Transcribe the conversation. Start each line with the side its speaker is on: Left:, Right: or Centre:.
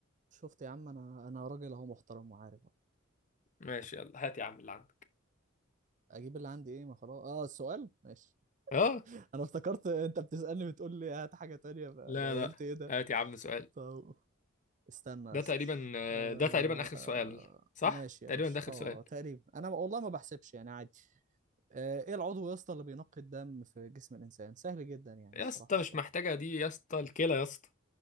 Right: شفت يا عم انا انا راجل اهو محترم وعارف
Left: ماشي يلا هات يا عم اللي عندك
Right: اجيب اللي عندي ايه ما خلاص اه السؤال ماشي
Left: اه
Right: انا افتكرت انت بتسألني بتقول لي هات حاجة تانية فانا
Left: لا لا
Right: قلت ايه ده
Left: هات يا عم سؤال
Right: طب استنى يا
Left: ده
Right: اسطى
Left: تقريبا آه،
Right: آه...
Left: ده تقريبا اخر سؤال صح
Right: ماشي يا
Left: تقريبا
Right: باشا
Left: ده اخر
Right: اه
Left: سؤال
Right: تقريبا انا والله ما بحسبش يعني عادي آه... ايه العضو يا اسطى اللي بينقي الدم في جسم الانسان سهل جدا يعني
Left: يا
Right: الصراحة
Left: اسطى
Right: السؤال
Left: مش محتاجة دي يا اسطى الكلى يا اسطى